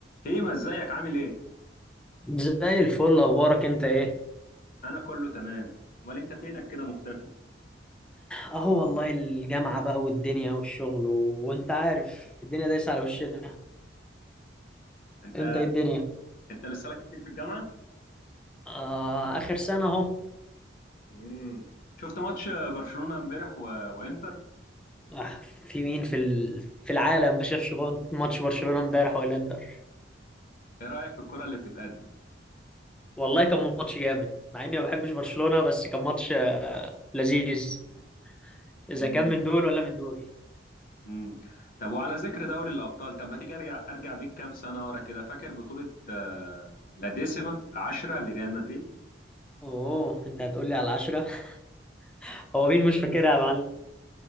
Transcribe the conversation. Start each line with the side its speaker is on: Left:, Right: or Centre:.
Left: هيما ازيك عامل ايه؟
Centre: زي الفل اخبارك انت ايه
Left: انا كله تمام امال انت فينك كده مختفي؟
Centre: اهو والله الجامعة بقى والدنيا والشغل و... وانت عارف الدنيا دايسة على وشنا
Left: انت
Centre: انت ايه الدنيا
Left: انت لسه لك كتير في الجامعة؟
Centre: آه اخر سنة اهو
Left: امم شفت ماتش برشلونة امبارح و... وانتر؟
Centre: آه في مين في ال... في العالم ما شافش بان- ماتش برشلونة امبارح ولا انتر
Left: ايه رأيك في الكرة اللي بتتقدم؟
Centre: والله كان ماتش جامد مع اني ما بحبش برشلونة بس كان ماتش آه لذيذ اذا
Left: امم
Centre: كان من دول ولا من دول
Left: امم طب وعلى ذكر دوري الأبطال طب ما تيجي ارجع ارجع بيك كام سنة ورا كده فاكر بطولة آه، لا ديسيما العشرة لريال مدريد؟
Centre: اوه انت هتقول لي على العشرة <laughs> هو مين مش فاكرها يا معلم